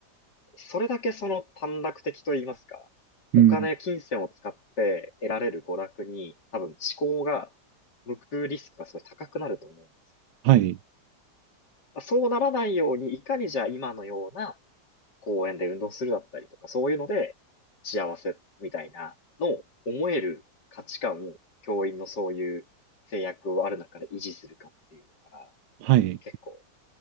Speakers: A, on the left; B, on the right.
A: それだけその短絡的と言いますか、
B: うん。
A: お金、金銭を使って得られる娯楽に、多分思考が向くリスクがすごい高くなると思うんです。
B: はい。
A: まあそうならないように、いかにじゃあ今のような公園で運動するだったりとか、そういうので幸せみたいなのを思える価値観を教員のそういう制約をある中で維持するかっていうのが
B: はい。
A: 結構